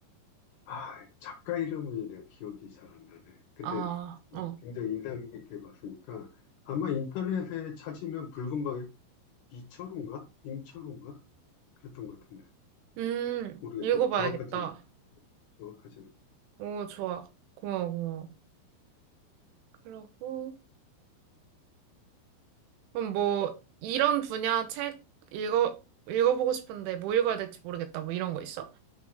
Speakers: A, on the left (about 75°); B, on the right (about 80°).
A: 아, 작가 이름이 내가 기억이 잘 안 나네. 근데
B: 아, 어.
A: 굉장히 인상 깊게 봤으니까 아마 인터넷에 찾으면 붉은 방에 이철우인가? 임철우인가? 그랬던 것 같은데
B: 음,
A: 모르겠어.
B: 읽어봐야겠다.
A: 정확하지는 않 정확하지는 않네.
B: 오, 좋아. 고마워, 고마워. 그러고, 그럼 뭐, 이런 분야 책 읽어, 읽어보고 싶은데 뭐 읽어야 될지 모르겠다. 뭐 이런 거 있어?